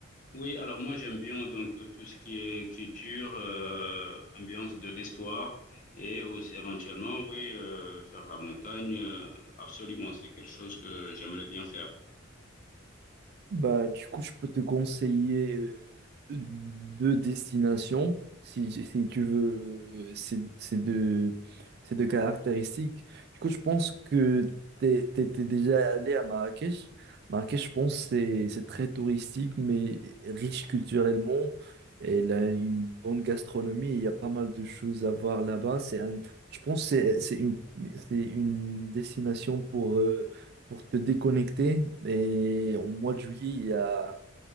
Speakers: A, on the left; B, on the right.
A: Oui, alors moi j'aime bien donc euh, tout ce qui est culture, euh, ambiance de l'histoire et aussi éventuellement oui euh, faire la montagne. euh, absolument, c'est quelque chose que j'aimerais bien faire.
B: Bah, du coup, je peux te conseiller euh, deux destinations si, si tu veux euh, ces, ces deux, ces deux caractéristiques. Du coup, je pense que tu étais déjà allé à Marrakech. Marrakech, je pense, c'est c'est très touristique, mais riche culturellement. Elle a une bonne gastronomie et il y a pas mal de choses à voir là-bas. C'est un- je pense que c'est c'est une, c'est une destination pour, euh, pour te déconnecter. Et au mois de juillet, il y a,